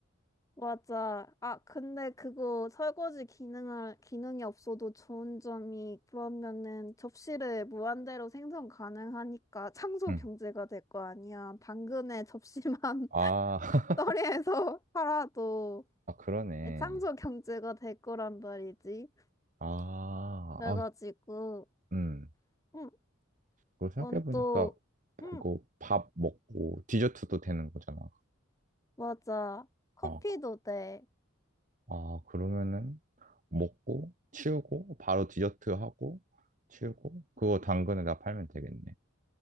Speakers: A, on the left; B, on the right.
A: 맞아. 아, 근데 그거 설거지 기능을, 기능이 없어도 좋은 점이 그러면은 접시를 무한대로 생성 가능하니까 창조
B: 음.
A: 경제가 될 거 아니야. 당근에 접시만
B: 아,
A: <laughs> 떨이에서
B: <laughs>
A: 팔아도
B: 아, 그러네.
A: 창조 경제가 될 거란 말이지.
B: 아,
A: 그래가지고,
B: 아, 음.
A: 응,
B: 그거 생각해보니까
A: 넌 또,
B: 그거
A: 응,
B: 밥 먹고 디저트도 되는 거잖아.
A: 맞아. 커피도
B: 아, 그-
A: 돼.
B: 아, 그러면은 먹고 치우고 바로 디저트 하고 치우고 그거 당근에다 팔면 되겠네.